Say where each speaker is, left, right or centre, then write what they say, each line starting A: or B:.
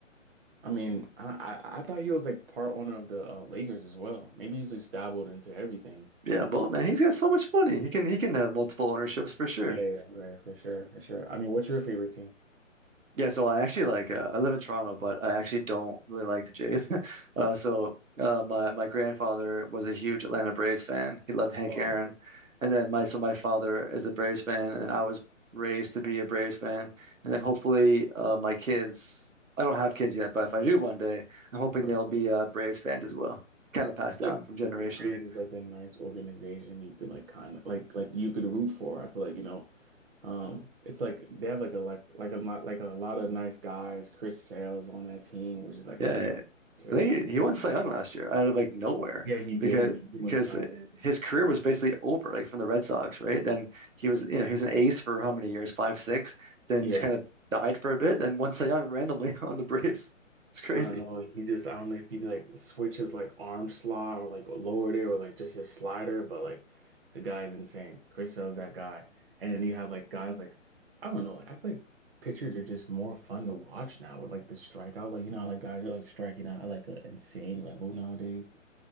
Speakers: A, on the right; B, on the right.
A: I mean, I, I I thought he was like part owner of the uh, Lakers as well. Maybe he's just dabbled into everything.
B: Yeah, Bull man, he's got so much money. He can he can have multiple ownerships for sure.
A: Yeah, yeah, right, for sure, for sure. I mean, what's your favorite team?
B: Yeah, so I actually like uh, I live in Toronto, but I actually don't really like the Jays. <laughs> uh, so uh, my my grandfather was a huge Atlanta Braves fan. He loved Hank
A: Oh,
B: Aaron, and then my so my father is a Braves fan, and I was raised to be a Braves fan. And then hopefully uh, my kids. I don't have kids yet, but if I do one day, I'm hoping
A: right,
B: they'll be uh, Braves fans as well. Kind of passed down
A: like
B: from generation.
A: Braves is like a nice organization you could like kind of like like you could root for. I feel like, you know, um it's like they have like a like like a lot like a lot of nice guys. Chris Sale's on that team, which is like
B: Yeah,
A: he's like
B: yeah,
A: a sure.
B: I think he, he won Cy Young last year out of like nowhere
A: Yeah, he
B: because
A: did. He, he
B: because
A: went Cy Young.
B: his career was basically over like from the Red Sox, right? Then he was you know he was an ace for how many years? Five, six. Then
A: Yeah.
B: just kind of died for a bit. Then won Cy Young randomly <laughs> on the Braves. It's crazy.
A: I don't know. He just I don't know if he like switches like arm slot or like lower there or like just his slider, but like the guy is insane. Chris Sale's that guy. And then you have like guys like I don't know. I feel like pitchers are just more fun to watch now with like the strikeout. Like you know how like guys are like striking out at like an insane level nowadays.